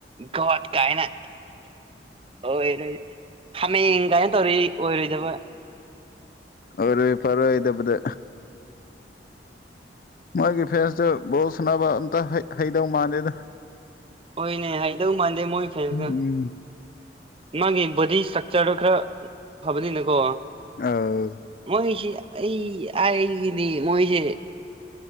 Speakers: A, on the right; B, on the left.
A: ꯒꯣꯠ ꯀꯥꯏꯅ ꯑꯣꯏꯣꯏ ꯍꯥꯃꯦꯡ ꯀꯥꯏꯅ ꯇꯧꯔꯤ ꯑꯣꯏꯔꯣꯏꯗꯕ
B: ꯑꯣꯏ ꯄꯔꯋꯥ ꯏꯗ ꯄꯨꯗ ꯃꯥꯣꯏꯒꯤ ꯐꯦꯟꯁꯇ ꯕꯣꯜ ꯁꯥꯟꯅꯕ ꯑꯝꯇ ꯍꯩꯗꯧ ꯃꯥꯜꯂꯦꯗ
A: ꯍꯣꯏꯅꯦ ꯍꯩꯗꯧ ꯃꯥꯟꯗꯦ ꯃꯣꯏ ꯐꯦꯟꯁꯇꯣ
B: ꯎꯝ
A: ꯃꯥꯒꯤ ꯕꯣꯗꯤ ꯏꯁꯇ꯭ꯔꯛꯆꯔꯗꯣ ꯈꯔ ꯐꯕꯅꯤꯅꯀꯣ
B: ꯑꯥꯎ
A: ꯃꯣꯏꯁꯤ ꯑꯩ ꯑꯩꯒꯤꯗꯤ ꯃꯣꯏꯁꯦ